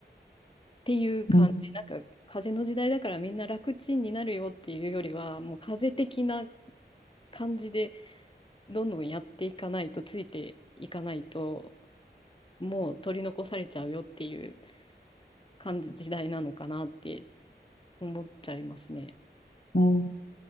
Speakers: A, on the left; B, on the left.
A: っていう感じ、
B: うん、
A: なんか風の時代だからみんな楽ちんになるよっていうよりは、もう風的な感じでどんどんやっていかないと、ついていかないと、もう取り残されちゃうよっていう感じ、時代なのかなって思っちゃいますね。
B: うん。